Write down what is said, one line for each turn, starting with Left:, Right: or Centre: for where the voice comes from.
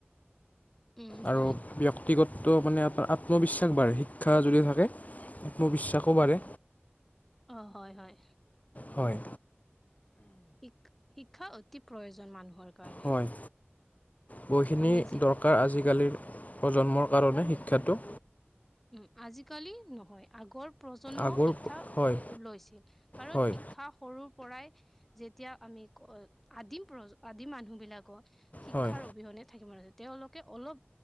Centre: উম
Left: আৰু
Centre: হয়
Left: ব্যক্তিগত মানে আত্মবিশ্বাস বাঢ়ে শিক্ষা যদি থাকে আত্মবিশ্বাসও বাঢ়ে
Centre: অ হয় হয়
Left: হয়
Centre: শিক শিক্ষা অতি প্ৰয়োজন মানুহৰ কাৰণে
Left: হয় বহুখিনি
Centre: আমি যে
Left: দক কাৰ আজিকালিৰ প্ৰজন্মৰ কাৰণে শিক্ষাটো
Centre: উম আজিকালি নহয় আগৰ প্ৰজন্ম
Left: আগৰ
Centre: শিক্ষা
Left: হয়
Centre: লৈছিল কাৰণ
Left: হয়
Centre: শিক্ষা সৰু পৰাই যেতিয়া আমি আদিম প্ৰ আদিম মানুহ বিলাকো শিক্ষাৰ
Left: হয়
Centre: অবিহনে থাকিব নোৱাৰিছিল, তেওঁলোকে অলপ